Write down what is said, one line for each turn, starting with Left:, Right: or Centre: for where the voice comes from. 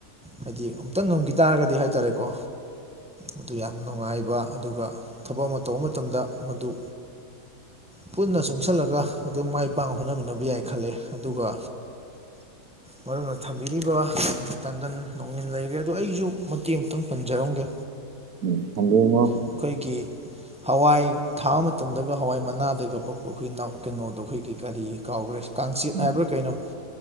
Centre: ꯍꯥꯏꯗꯤ ꯑꯃꯨꯛꯇ ꯅꯝꯈꯤ ꯇꯥꯔꯒꯗꯤ ꯍꯥꯏꯇꯥꯔꯦꯀꯣ ꯃꯗꯨ ꯌꯥꯝ ꯅꯨꯡꯉꯥꯏꯕ ꯑꯗꯨꯒ ꯊꯕꯛ ꯑꯃ ꯇꯧꯕ ꯃꯇꯝꯗ ꯃꯗꯨ꯫ ꯄꯨꯟꯅ ꯆꯨꯡꯁꯜꯂꯒ ꯑꯗꯨꯝ ꯃꯥꯏ ꯄꯥꯛꯅ ꯍꯣꯠꯅꯃꯤꯟꯅꯕ ꯌꯥꯏ ꯈꯜꯂꯦ ꯑꯗꯨꯒ ꯃꯔꯨꯞꯅ ꯊꯝꯕꯤꯔꯤꯕ ꯇꯟꯗꯟ ꯅꯣꯡꯉꯤꯟ ꯂꯩꯈ꯭ꯔꯦ ꯑꯗꯣ ꯑꯩꯁꯨ꯫ ꯃꯇꯦꯛ ꯑꯝꯇ ꯄꯟꯖꯔꯝꯒꯦ
Right: ꯎꯝ ꯊꯗꯝꯉꯣ꯫ <inaudible>
Centre: ꯑꯩꯈꯣꯏꯒꯤ꯫ ꯍꯋꯥꯏ ꯊꯥꯕ ꯃꯇꯝꯗꯒ ꯍꯋꯥꯏ ꯃꯅꯥꯗꯒ ꯄꯛꯄ ꯑꯩꯈꯣꯏ ꯅꯥꯎ ꯀꯩꯅꯣꯗꯣ ꯑꯩꯈꯣꯏꯒꯤ ꯀꯔꯤ꯫ ꯀꯥꯎꯈ꯭ꯔꯦ ꯀꯥꯡꯆꯤꯠ
Right: ꯎꯝ
Centre: ꯍꯥꯏꯕ꯭ꯔꯥ ꯀꯩꯅꯣ